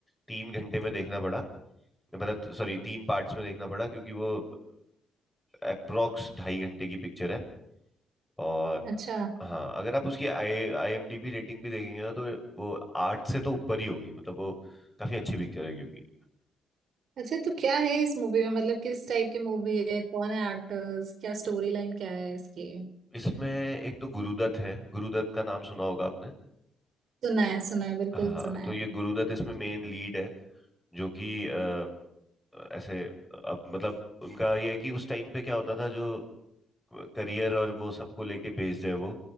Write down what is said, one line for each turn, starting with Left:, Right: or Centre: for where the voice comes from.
Centre: तीन घंटे में देखना पड़ा मतलब सॉरी तीन पार्ट्स में देखना पड़ा क्योंकि वो अप्रोक्स ढाई घंटे की पिक्चर है और
Right: अच्छा
Centre: हाँ अगर आप उसकी आई आईएमडीबी रेटिंग भी देखेंगे ना तो वो आठ से तो ऊपर ही होगी मतलब वो काफी अच्छी पिक्चर है क्योंकि
Right: अच्छा तो क्या है इस मूवी में मतलब किस टाइप की मूवी है कौन है एक्टर्स क्या स्टोरी लाइन क्या है इसकी
Centre: इसमें एक तो गुरुदत्त है गुरुदत्त का नाम सुना होगा आपने
Right: सुना है सुना है बिल्कुल
Centre: हाँ
Right: सुना है
Centre: तो ये गुरुदत्त इसमें मेन लीड है जो कि अ, ऐसे अ, मतलब उनका ये है कि उस टाइम पे क्या होता था जो करियर और वो सबको लेके बेस्ड है वो